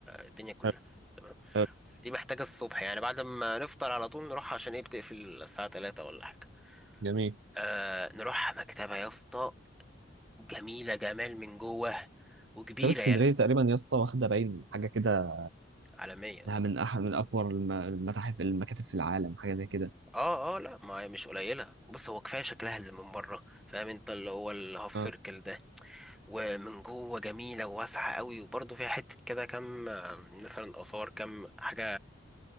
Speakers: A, in the centre; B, on the right.
A: الدنيا كلها
B: حلو
A: تمام
B: حلو.
A: بس دي محتاجه الصبح يعني بعد ما نفطر على طول نروح عشان ايه بتقفل الساعه 3 ولا حاجه
B: جميل
A: آه نروح مكتبه يا اسطى جميله جمال من جوه وكبيرة
B: مكتبة اسكندرية
A: يعني
B: تقريبا يا اسطى واخدة باين حاجة كده
A: عالمية
B: إنها من أحد من أكبر الم- المتاحف المكاتب في العالم حاجة زي كده
A: اه اه لا ما هي مش قليلة بص هو كفاية شكلها اللي من بره فاهم انت اللي هو الهاف سيركل
B: اه
A: ده ومن جوه جميلة وواسعة قوي وبرضه فيها حتة كده كام آه، مثلا آثار كام حاجة